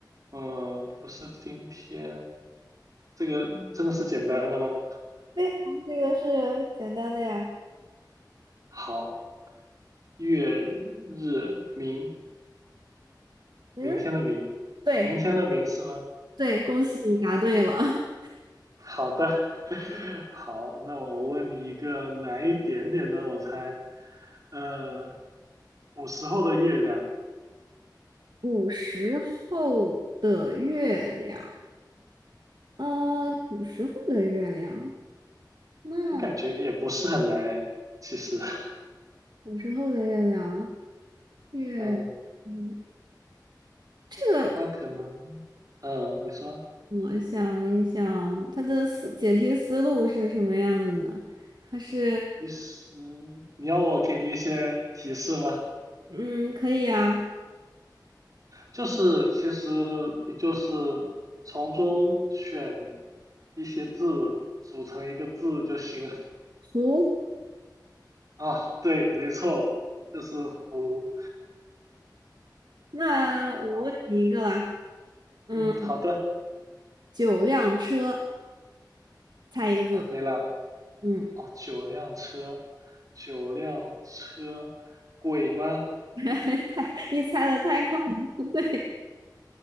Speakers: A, on the right (about 50°); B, on the right (about 70°).
A: 嗯、不是今天，这个真的是简单的吗？
B: 对啊，这个是简单的呀。
A: 好，月日明，
B: 嗯，
A: 明天的明，
B: 对
A: 明天的明是吗？
B: 对，恭喜你答对了。<laughs>
A: 好的，<laughs> 好，那我问你一个难一点点的，我猜，呃，古时候的月亮，
B: 古时候的月亮，呃，古时候的月亮，那
A: 我感觉也不是很难诶，其实，<laughs>
B: 古时候的月亮，月，
A: 嗯，
B: 嗯，这个
A: 它可能，嗯，你说。
B: 我想一想，它的思解题思路是什么样子呢？它是，
A: 其实你要我给你一些提示吗？
B: 嗯，可以啊，
A: 就是其实你就是从中选一些字组成一个字就行了。
B: 图，
A: 啊，对，没错，就是福。
B: 那我问你一个啦，
A: 好，
B: 嗯，
A: 嗯，好的。
B: 九辆车，猜一个字，
A: 啊，没了。
B: 嗯，
A: 哦，九辆车，九辆车，鬼吗？
B: <laughs> 太，你猜的太快了，<laughs> 对，